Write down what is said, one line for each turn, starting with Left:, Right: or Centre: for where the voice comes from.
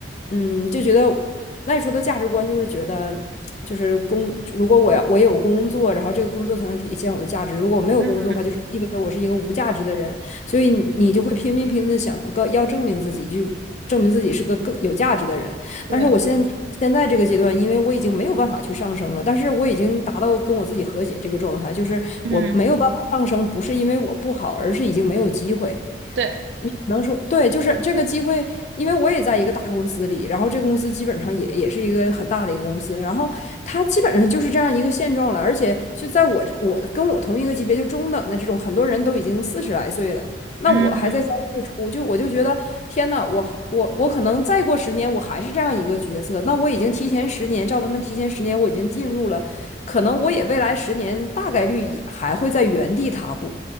Left: 嗯就觉得那时候的价值观就是觉得。就是工，如果我要我有工作，然后这个工作才能体现我的价值。如果我没有工作的话，
Right: 嗯
Left: 就是意味着我是一个无价值的人。所以你就会拼命拼命的想个要证明自己，就证明自己是个更有价值的人。
Right: 对
Left: 但是我现现在这个阶段，因为我已经没有办法去上升了，但是我已经达到跟我自己和解这个状态，就是我没有办法上升，
Right: 嗯
Left: 不是因为我不好，而是已经没有机会。
Right: 对
Left: 你可能说对，就是这个机会，因为我也在一个大公司里，然后这个公司基本上也也是一个很大的一个公司，然后它基本上就是这样一个现状了，而且就在我这我跟我同一个级别就中等的这种，很多人都已经四十来岁了，那我还在三十岁初，
Right: 嗯
Left: 就我就觉得天呐，我还我我可能再过十年我还是这样一个角色，那我已经提前十年，照他们提前十年我已经进入了，可能我也未来十年大概率也还会在原地踏步。